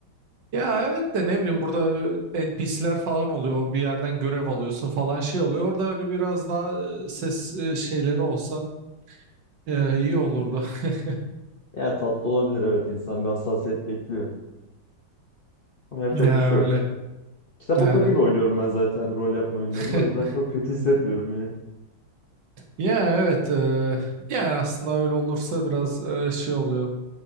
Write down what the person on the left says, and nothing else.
Yani tatlı olabilir evet insan bir hassasiyet bekliyor. Ama yapacak
bir şey
yok. Kitap
okur gibi oynuyorum ben zaten rol yapma oyunlarını
o yüzden çok kötü hissetmiyorum yani.